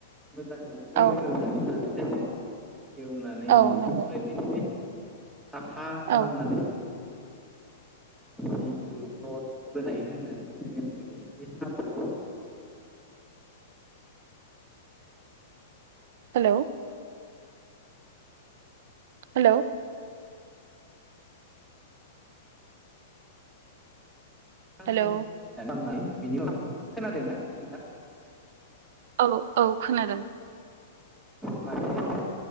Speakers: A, in the centre; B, on the right (about 55°).
A: मोजाङै
B: औ
A: एवग्रोनानै लानाय जायो एवनानै
B: औ
A: ओमफ्राय
B: नंगौ
A: बिदिनो साफा खालामनानै
B: औ
A: जिथु लद बोनाय होननानै बुङो जोंनिथिंजाय बे हाब्रु
B: हेलौ हेलौ
A: आं
B: हेलौ
A: <unintelligible> खोनादोंना नोंथां
B: औ औ खोनादों
A: माने